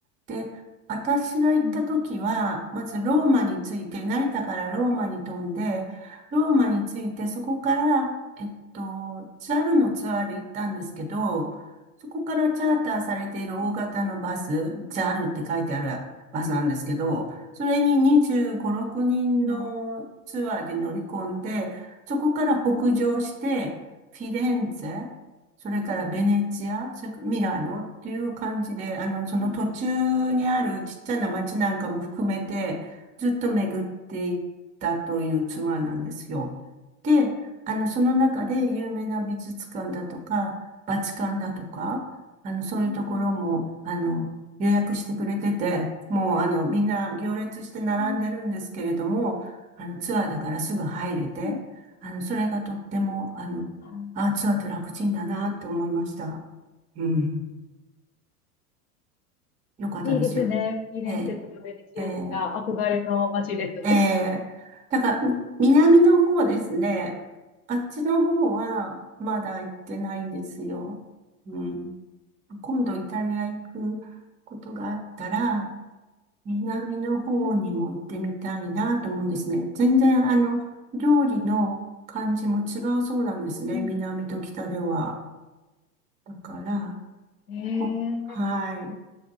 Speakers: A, on the right; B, on the left.
A: で、私が行った時は、
B: うん。
A: まずローマについて、成田からローマに飛んで、ローマについて、そこから、えっと、ジャルのツアーで行ったんですけど、そこからチャーターされている大型のバス、
B: うん。
A: ジャルって書いてあるバスなんですけど、それに25、6人のツアーで乗り込んで、
B: うん。
A: そこから北上して、フィレンツェ、それからベネチア、それからミラノっていう感じで、あの、その途中にあるちっちゃな街なんかも含めて、
B: うん。
A: ずっと巡っていったというツアーなんですよ。で、あの、その中で有名な美術館だとか、バチカンだとか、あの、そういうところも、
B: うん。
A: あの、
B: うん。
A: 予約してくれてて、もう、あの、みんな行列して並んでるんですけれども、
B: うん
A: あの、ツアーだからすぐ入れて、
B: うん
A: あの、それがとっても、あの、
B: あ
A: あツアーって楽ちんだなって思いました。うん。よかったですよ。
B: いいですね。フィレンツェとかベネチアとか、
A: えー、えー、
B: 憧れの街です。
A: えー、だから、み南の方ですね。あっちの方は、まだ行ってないんですよ。うん。今度イタリア行くことがあったら、南の方にも行ってみたいなと思うんですね。
B: <laughs> うん。
A: 全然、あの、料理の感じも違うそうなんですね。
B: うん。
A: 南と北では。だから、
B: えー、
A: こ、はい。